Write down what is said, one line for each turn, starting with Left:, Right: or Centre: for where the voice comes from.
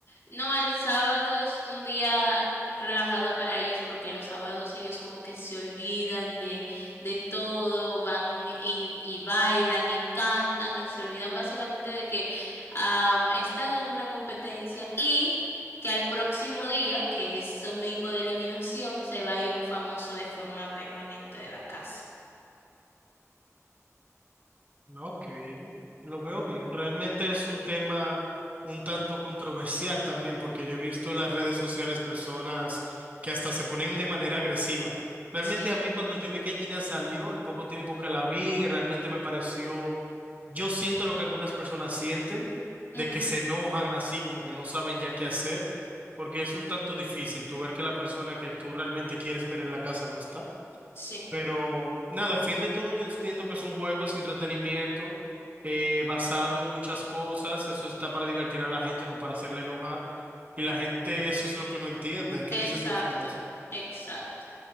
Left: No, el sábado es un día relajado para ellos porque los sábados ellos como que se olvidan de, de todo, van y, y bailan y cantan y se olvidan básicamente de que am, están en una competencia y que al próximo día, que es domingo de eliminación, se va a ir un famoso de forma permanente de la casa.
Right: Ok, lo veo bien. Realmente es un tema un tanto controversial también, porque yo he visto en las redes sociales personas que hasta se ponen de manera agresiva. Realmente
Left: Sí.
Right: a mí cuando yo vi que Gina salió, el poco tiempo que la vi, realmente me pareció, yo siento lo que algunas personas sienten,
Left: Ujú,
Right: de que se enojan así, como que no saben ya qué hacer, porque es un tanto difícil tú ver que la persona que tú realmente quieres ver en la casa no está.
Left: Sí,
Right: Pero nada, al fin de todo yo entiendo que es un juego, es entretenimiento, eh, basado en muchas cosas, eso está para divertir a la gente, no para hacerle enojar. Y la gente eso es lo que no entiende. ¿Qué
Left: exacto,
Right: dices tú sobre eso?
Left: exacto.